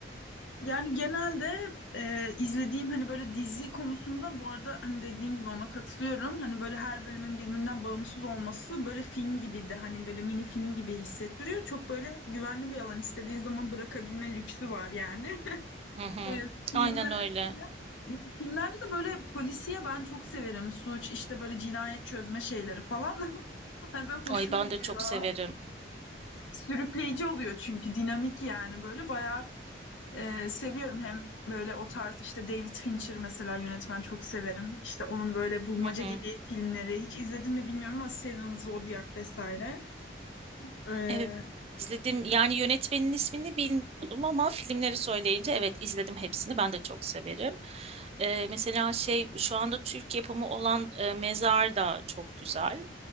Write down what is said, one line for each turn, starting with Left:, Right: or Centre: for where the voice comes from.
Left: Yani genelde e, izlediğim hani böyle dizi konusunda bu arada hani dediğin gibi ona katılıyorum. Hani böyle her bölümün birbirinden bağımsız olması böyle film gibi de hani böyle mini film gibi hissettiriyor. Çok böyle güvenli bir alan istediğin zaman bırakabilme lüksü var yani. <laughs>
Right: Hı hı.
Left: E, filmlerde
Right: Aynen öyle.
Left: de ya filmlerde de böyle polisiye ben çok severim. Suç işte böyle cinayet çözme şeyleri falan. <laughs> Hani böyle hoşuma
Right: Ay ben
Left: gidiyor.
Right: de çok severim.
Left: Sürükleyici oluyor çünkü dinamik yani böyle bayağı ee, seviyorum hem böyle o tarz işte David Fincher mesela yönetmen çok severim. İşte onun böyle bulmaca
Right: Hı hı.
Left: gibi filmleri hiç izledin mi bilmiyorum ama Seven, Zodiac vesaire. Ee, hı
Right: Evet izledim. Yani yönetmenin ismini bilmiyordum ama filmleri söyleyince evet izledim hepsini. Ben de çok severim. Ee, mesela şey şu anda Türk yapımı olan e, Mezar da çok güzel.